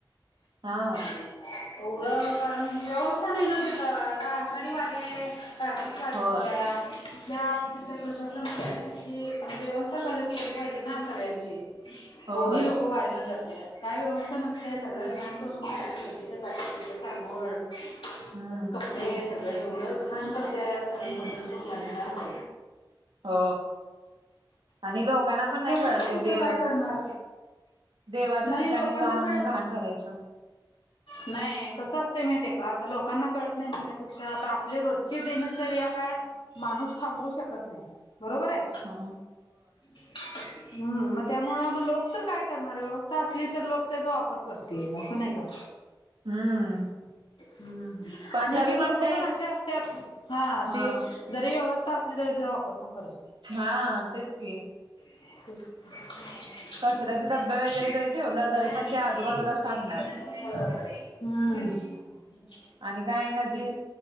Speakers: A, on the right; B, on the left.
A: हा.
B: एवढं कारण व्यवस्था नाही ग तिथ आता आषाढी वागे आहे कारतिक. असत्या
A: होय
B: त्या म्हणजे व्यवस्था करत केली पाहिजे ना सगळ्यांची.
A: होय
B: एवढी लोकं वारिला जातल्या. काय व्यवस्था नसते सगळं घाण करूनच्या का ति सांगळ.
A: हम्म
B: <unintelligible> सगळ एवढं घाण करते सगळ पंढरप.
A: हो आणि लोकांना पण नाही
B: लोक
A: कळत
B: तरी
A: ते
B: कुठं
A: देव
B: काय करणार.
A: देवाच्या
B: नाही
A: ठिकाणी
B: लोकांना
A: जाऊन
B: कळत.
A: घाण करायचं
B: नाही कसं असतें माहितीे आहे का आता लोकांना कळत नाही म्हणण्यापेक्षा आता आपली रोजची दिनचर्या काय. माणूस थांबवू शकत नाही बरोबर आहे.
A: हा हो.
B: <unintelligible> हम्म मग त्यामुळे मग लोक तर काय करणार व्यवस्था असली तर लोक त्याचा वापर करतील ये असं नाही का.
A: हम्म!
B: हम्म
A: पण
B: आणि
A: तरी
B: एक एक लोक
A: ते
B: पण अशी असतात हा
A: ह
B: ते. जरी व्यवस्था असली तरी त्याचा वापर. पण करत
A: हा तेच की.
B: अ. <unintelligible>
A: कचऱ्याचे डब्बे वगैरे जरी ठेवलं
B: <inaudible>
A: तरी पण ते आजूबाजूलाच टाकणार
B: हम्म! <unintelligible>
A: आणि काय नदी